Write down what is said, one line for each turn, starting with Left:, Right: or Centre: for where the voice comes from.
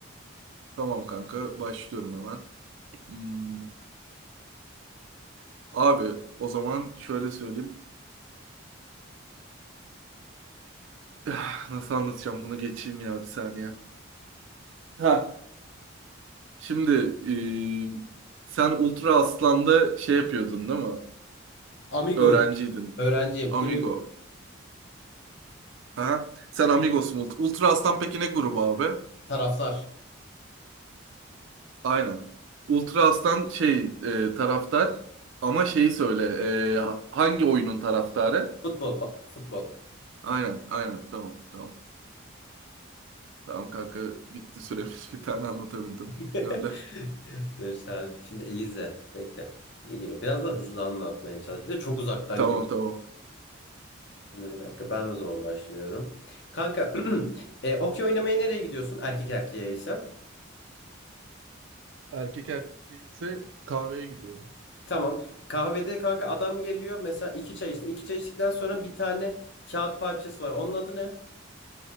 Right: Tamam kanka başlıyorum hemen. Hmm, abi o zaman şöyle söyleyeyim. <sighs> Nasıl anlatacağım bunu geçeyim ya bir saniye. Ha. Şimdi e, sen Ultra Aslan'da şey yapıyordun değil mi?
Left: Amigoyum.
Right: Öğrenciydin.
Left: Öğrenciyim.
Right: Amigo.
Left: Kulüp.
Right: Aha. Sen Amigos'un Ultra Aslan peki ne grubu abi?
Left: Taraftar.
Right: Aynen. Ultra Aslan şey e, taraftar ama şeyi söyle e, ha- hangi oyunun taraftarı?
Left: Futbol. ba- futbol.
Right: Aynen aynen tamam tamam. Tamam kanka bitti süremiz <laughs> bir tane anlatabildim.
Left: <laughs>
Right: Gönder.
Left: Dur sen şimdi iyi izle. Bekle. İyi geliyor. Biraz da hızlı anlatmaya çalış. Bir de çok uzaktan
Right: Tamam
Left: geliyor.
Right: tamam.
Left: Şimdi Bir dakika ben o zaman başlıyorum. Kanka <clears throat> e, okey oynamaya nereye gidiyorsun? Erkek erkeğe ise.
Right: Erkek erkeği ise kahveye gidiyorum.
Left: Tamam. Kahvede kanka adam geliyor. Mesela iki çay içtin. İki çay içtikten sonra bir tane kağıt parçası var. Onun adı ne?